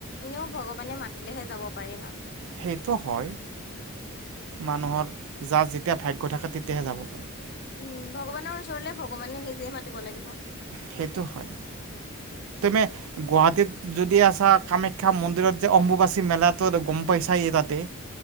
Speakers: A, on the left; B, on the right.
A: এনেও ভগৱানে মাতিলেহে যাব পাৰি ন।
B: সেইটো হয়। মানুহৰ যাৰ যেতিয়া ভাগ্য থাকে তেতিয়া হে যাব পাৰি।
A: উম', ভগৱানৰ ওচৰলে ভগৱানে নিজে মাতিব লাগিব।
B: সেইটো হয়। তুমি গুৱাহাটীত যদি আছা কামাখ্যা মন্দিৰত যে, অম্বুবাচী মেলা গম পাইছাই তাতে।